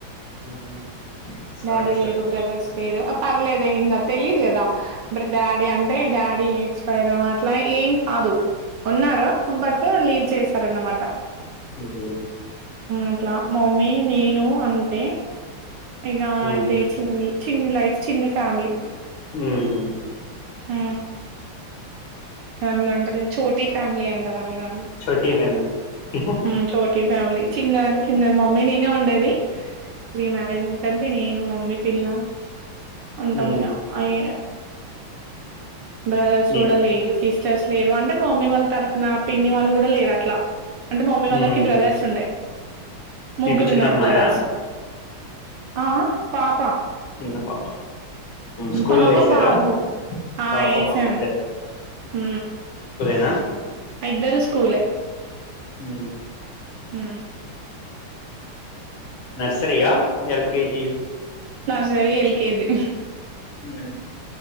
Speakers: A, on the left; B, on the right.
A: ఆహా సారీ
B: డాడీ లేరు
A: సారీ
B: బ్రదర్స్ లేరు పర్లేదు ఇంకా తెలిదు కదా డాడీ అంటే అంటే డాడీ ఎక్స్పైర్ అట్లా ఏం కాదు ఉన్నారు బట్ లీవ్ చేశార అన్నమాట
A: ఉహు
B: అట్లా మమ్మీ నేను అంతే ఇగ
A: ఉహు
B: అయితే సింగిల్ చిన్ని లైఫ్, చిన్ని ఫ్యామిలీ
A: ఆ
B: ఆ <unintelligible> ఛోటీ ఫ్యామలీ అంటారా మీ దాంట్లో
A: చోటి ఫ్యామిలీ హాహా
B: హ్మ్ చోటీ ఫ్యామిలీ చిన్నద చిన్న మమ్మీ నేనే ఉందిది ప్రీ మ్యారేజ్ క నేను మమ్మీ పిల్ల ఉంటాం
A: ఉహు
B: ఇగా హాయిగా బ్రదర్స్
A: మీకు
B: కూడా లేరు సిస్టర్స్ లేరు అంటే మమ్మీ వాళ్ళ తరపున పిన్ని వాళ్ళు కూడా లేరు అట్లా అంటే మమ్మీ వాళ్ళకి
A: ఉహు
B: బ్రదర్స్ ఉండే ముగ్గురున్నారు
A: మీకు చిన్న అమ్మాయా
B: బ్రదర్స్ ఆ పాప
A: చిన్న పాప స్కూల్
B: పాప
A: వయిసారా
B: బాబు
A: పాప
B: ఏసాను
A: బాబు ఇద్దరు
B: ఆ
A: నా
B: ఇద్దరు స్కూలే
A: హు
B: హు
A: నర్సరియా ఎల్కెజి
B: నర్సరీ యెల్కేజి కేజీ
A: ఆ